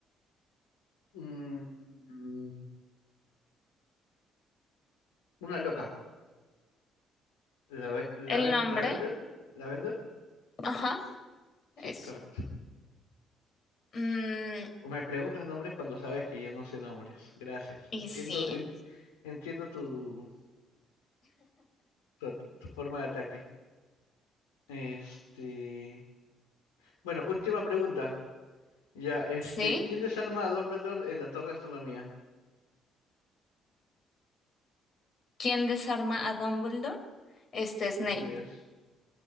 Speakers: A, on the left (about 80°); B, on the left (about 50°).
A: Mm, Una loca. La, ve- la,
B: ¿El
A: ven-
B: nombre?
A: la vender. La vender.
B: Ajá,
A: Sí,
B: eso.
A: correcto.
B: Mm,
A: Me preguntas nombres cuando sabes que yo no sé nombres. Gracias.
B: y
A: Entiendo,
B: sí,
A: en- entiendo tu, tu, tu forma de ataque. Este. Bueno, última pregunta. Ya, este,
B: sí.
A: ¿quién desarma a Dumbledore en la Torre de Astronomía?
B: ¿Quién desarma a Dumbledore? Este Snape.
A: Así es.